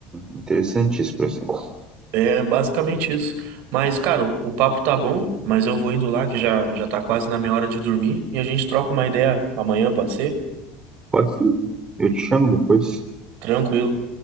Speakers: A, on the right; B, on the right.
A: interessante esse processo.
B: É basicamente isso. Mas, cara, o papo tá bom, mas eu vou indo lá que já, já tá quase na minha hora de dormir e a gente troca uma ideia amanhã, pode ser?
A: Pode sim. Eu te chamo depois.
B: Tranquilo.